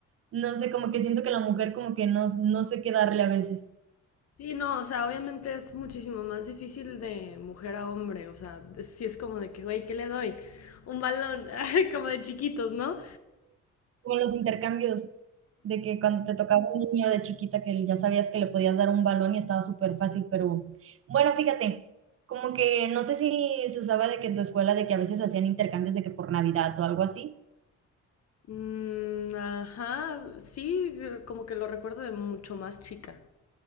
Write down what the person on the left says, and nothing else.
Sí, no, o sea, obviamente es muchísimo más difícil de mujer a hombre, o sea, si es como de que, güey, ¿qué le doy? Un balón, <laughs> como de chiquitos, ¿no?
Mm, ajá, sí, como que lo recuerdo de mucho más chica.